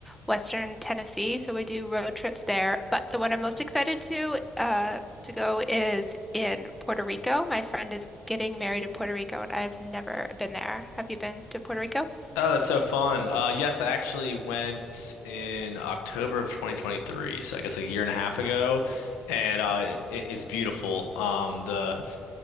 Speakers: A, in the centre; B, on the left (about 80°).
A: Western Tennessee, so we do road trips there. But the one I'm most excited to uh to go is in Puerto Rico. My friend is getting married in Puerto Rico, and I've never been there. Have you been to Puerto Rico?
B: Oh, that's so fun. Uh, yes, I actually went in October of 2023, so I guess a year and a half ago, and uh, it, it's beautiful. Um, the